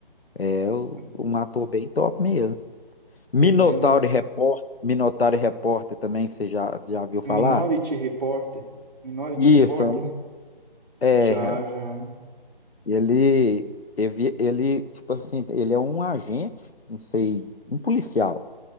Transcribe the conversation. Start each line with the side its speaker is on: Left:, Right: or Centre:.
Left: É o-
Right: Ah,
Left: um ator bem top mesmo. Minotauro
Right: Helena,
Left: Repórter, Minotauro Repórter também, você já, já viu falar?
Right: Minority Reporter. Minority
Left: Isso,
Right: Reporter, né?
Left: é,
Right: Já, já.
Left: ele, ele, ele, tipo assim, ele é um agente, não sei, um policial.